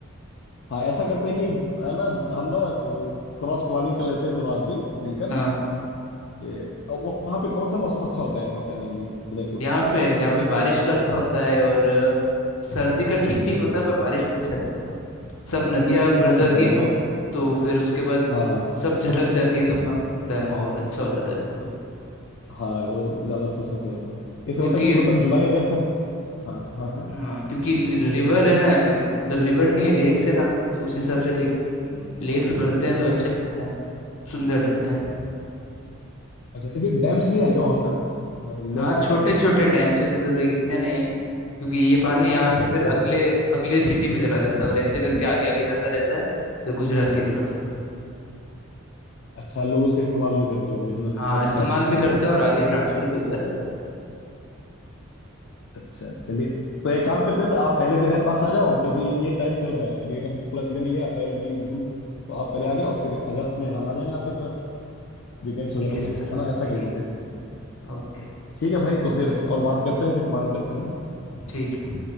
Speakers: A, on the left; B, on the left.
A: हाँ ऐसा करते हैं कि है ना हम ना वो क्रॉस प्लानिंग कर लेते हैं दोनों आदमी मिलकर
B: हाँ
A: ये अ, वहाँ पे कौन सा मौसम अच्छा होता है वहाँ पे आने के लिए उदयपुर
B: यहाँ पे यहाँ पे बारिश का अच्छा होता है और अ, सर्दी का ठीक ठीक होता है पर बारिश में अच्छा रहता है सब नदियाँ भर
A: अच्छा
B: जाती है
A: मतलब
B: ना तो फिर उसके बाद
A: हाँ हाँ
B: सब झलक जाती है तो मस्त लगता है माहौल अच्छा हो जाता है बिल्कुल
A: हाँ वो ज्यादा खुशखुश हो जाता है इसका
B: क्योंकि
A: मतलब कि मतलब जुलाई अगस्त का हाँ हाँ हाँ
B: हाँ क्योंकि रिवर है ना यहाँ पे मतलब रिवर नहीं है लेक्स है ना तो उस हिसाब से लेक लेक्स भरते हैं तो अच्छे लगते हैं सुंदर लगते हैं
A: अच्छा तो कोई डैम्स भी आएगा वहाँ पे हाँ, लेक
B: हाँ छोटे
A: के साथ
B: छोटे डैम से मतलब लाइक इतने नहीं है क्योंकि ये पानी यहाँ से फिर
A: अच्छा
B: अगले अगले सिटी में चला जाता है और ऐसे करके आगे आगे जाता रहता है तो गुजरात की तरफ
A: अच्छा लोग उसका इस्तेमाल भी करते होंगे है ना
B: हाँ
A: सब
B: इस्तेमाल
A: वाटर सप्लाई
B: भी करते
A: वगैरह में
B: हैं और आगे ट्रांसफर भी होता रहता है
A: अच्छा चलिए तो एक काम करते हैं तो आप पहले मेरे पास आ जाओ क्योंकि ये टाइम चल रहा है अभी एकदम पूरा सीजन ही है अप्रैल मई जून तो आप पहले
B: ठीक
A: आ जाओ
B: है
A: फिर अगस्त में हम आ जाएंगे आपकी तरफ वीकेंड्स वगैरह
B: ठीक है
A: में
B: सर
A: है ना ऐसा कर
B: ठीक
A: लेते हैं जी।
B: ओके
A: ठीक है भाई तो फिर और बात करते हैं फिर प्लान करते हैं ना
B: ठीक है